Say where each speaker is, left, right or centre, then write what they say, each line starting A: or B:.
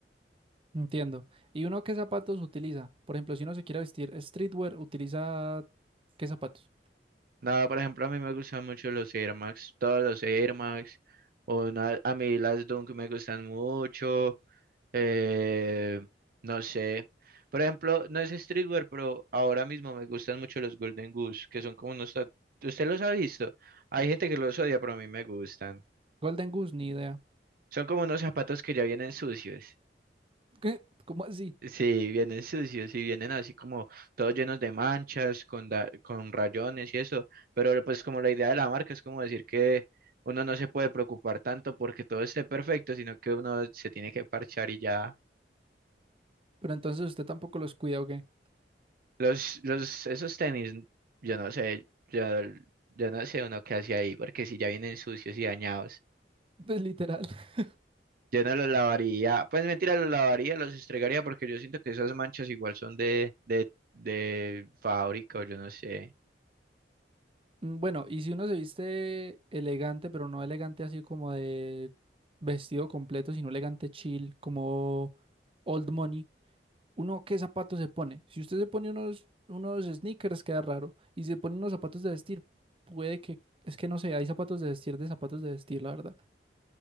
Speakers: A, on the right; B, on the right.
A: Entiendo. ¿Y uno qué zapatos utiliza? Por ejemplo, si uno se quiere vestir streetwear, ¿utiliza qué zapatos?
B: Nada, por ejemplo, a mí me gustan mucho los Air Max, todos los Air Max, o na- a mí las Dunk me gustan mucho, eh, no sé. Por ejemplo, no es streetwear, pero ahora mismo me gustan mucho los Golden Goose, que son como unos... ta- ¿Usted los ha visto? Hay gente que los odia, pero a mí me gustan.
A: Golden Goose, ni idea.
B: Son como unos zapatos que ya vienen sucios.
A: ¿Qué? ¿Cómo así?
B: Sí, vienen sucios y vienen así como todos llenos de manchas, con, da- con rayones y eso, pero pues como la idea de la marca es como decir que uno no se puede preocupar tanto porque todo esté perfecto, sino que uno se tiene que parchar y ya.
A: Pero entonces usted tampoco los cuida, ¿o qué?
B: Los, los, esos tenis, yo no sé, yo, yo no sé uno qué hace ahí, porque si ya vienen sucios y dañados,
A: Pues literal. <laughs>
B: yo no los lavaría, pues mentira, los lavaría, los estregaría porque yo siento que esas manchas igual son de, de, de fábrica o yo no sé.
A: Mm, Bueno, y si uno se viste elegante, pero no elegante así como de vestido completo, sino elegante chill, como old money, ¿uno qué zapatos se pone? Si usted se pone unos, unos sneakers, queda raro. Y se pone unos zapatos de vestir, puede que... Es que no sé, hay zapatos de vestir de zapatos de vestir, la verdad.